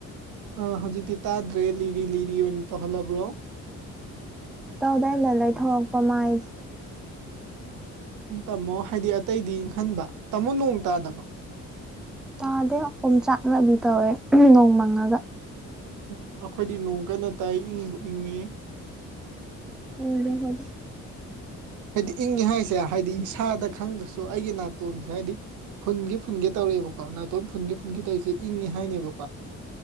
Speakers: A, on the right; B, in the centre.
A: ꯑ ꯍꯧꯖꯤꯛꯇꯤ ꯇꯥꯗ꯭ꯔꯦ ꯂꯤꯔꯤ ꯂꯤꯔꯤ ꯑꯣꯏꯅ ꯇꯧꯍꯜꯂꯕ꯭ꯔꯣ
B: ꯇꯧꯗꯦ ꯑꯩꯅ ꯂꯩꯊꯣꯔꯛꯄ ꯃꯥꯏꯁꯦ
A: ꯏꯪ ꯇꯥꯃꯣ ꯍꯥꯏꯗꯤ ꯑꯇꯩꯗꯤ ꯏꯪꯍꯟꯕ ꯇꯥꯃꯣ ꯅꯣꯡ ꯇꯥꯗꯕ꯭ꯔꯣ
B: ꯇꯥꯗꯦ ꯑꯣꯝꯆꯥꯛꯅꯕꯤ ꯇꯧꯋꯦ ꯎꯝ ꯅꯣꯡ ꯃꯪꯉꯒ
A: ꯎꯝ ꯑꯩꯈꯣꯏꯗꯤ ꯅꯣꯡ ꯀꯟꯅ ꯇꯥꯏ ꯏꯪꯕꯨ ꯏꯪꯉꯦ
B: ꯏꯪꯗꯦ ꯑꯈꯣꯏꯗꯤ
A: ꯍꯥꯏꯗꯤ ꯏꯪꯉꯦ ꯍꯥꯏꯁꯦ ꯍꯥꯏꯗꯤ ꯏꯁꯥꯗ ꯈꯪꯗ꯭ꯔꯁꯨ ꯑꯩꯒꯤ ꯅꯥꯇꯣꯟꯁꯦ ꯍꯥꯏꯗꯤ ꯐꯨꯟꯒ‌ꯦ ꯐꯨꯟꯒ‌ꯦ ꯇꯧꯔꯦꯕꯀꯣ ꯅꯥꯇꯣꯟ ꯐꯨꯟꯒ‌ꯦ ꯐꯨꯟꯒ‌ꯦ ꯇꯧꯔꯤꯁꯦ ꯏꯪꯉꯦ ꯍꯥꯏꯅꯦꯕꯀꯣ